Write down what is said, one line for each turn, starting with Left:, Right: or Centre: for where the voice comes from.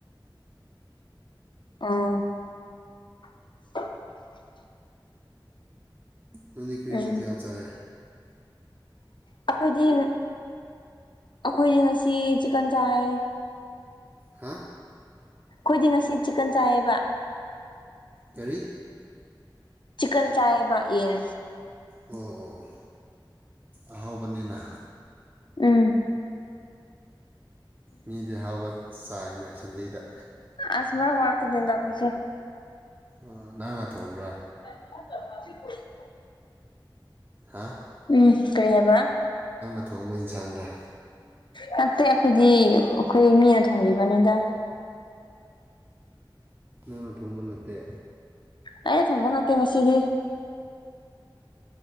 Left: ꯑꯪ <inaudible>
Right: ꯅꯪꯗꯤ ꯀꯔꯤ
Left: ꯎꯝ
Right: ꯃꯊꯦꯜ ꯆꯥꯏ
Left: ꯑꯩꯈꯣꯏꯗꯤ ꯑꯩꯈꯣꯏꯗꯤ ꯉꯁꯤ ꯆꯤꯛꯀꯟ ꯆꯥꯏ
Right: ꯍꯥ
Left: ꯈꯣꯏꯗꯤ ꯉꯁꯤ ꯆꯤꯛꯀꯟ ꯆꯥꯏꯌꯦꯕ
Right: ꯀꯔꯤ
Left: ꯆꯤꯛꯀꯟ ꯆꯥꯏꯌꯦꯕ ꯌꯦꯟ
Right: ꯎꯝ ꯎꯝ ꯎꯝ ꯑꯥꯍꯥꯎꯕꯅꯤꯅ
Left: ꯎꯝ
Right: ꯃꯤꯗꯤ ꯍꯥꯎꯕ ꯆꯥꯏꯅꯦ ꯁꯟꯗꯦꯗ
Left: ꯑꯁ ꯃꯥꯏ ꯋꯥ ꯇꯟꯗꯦꯗꯥ ꯑꯈꯣꯏꯁꯨ
Right: ꯑꯣ ꯅꯪꯅ ꯊꯣꯡꯕ꯭ꯔꯥ
Left: <unintelligible>
Right: ꯍꯥꯥ
Left: ꯎꯝ ꯀꯩ ꯍꯥꯏꯕ
Right: ꯊꯣꯡꯕ ꯏꯟꯁꯥꯡꯔꯥ
Left: ꯅꯠꯇꯦ ꯑꯩꯈꯣꯏꯗꯤ ꯑꯩꯈꯣꯏ ꯃꯤꯅ ꯊꯣꯡꯕꯤꯕꯅꯦꯗ
Right: ꯅꯪꯅ ꯊꯣꯡꯕ ꯅꯠꯇꯦ
Left: ꯑꯩꯅ ꯊꯣꯡꯕ ꯅꯠꯇꯦ ꯉꯁꯤꯗꯤ